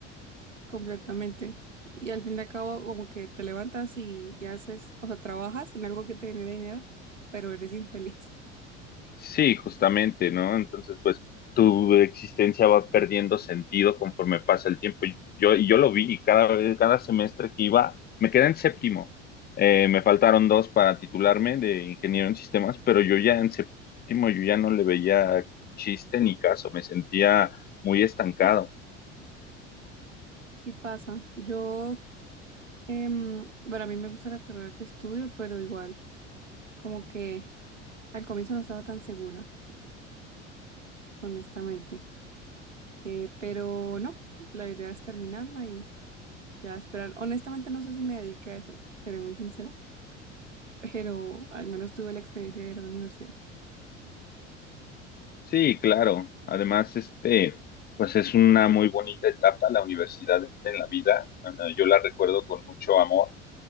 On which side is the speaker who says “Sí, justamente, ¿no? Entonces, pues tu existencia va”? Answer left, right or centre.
Left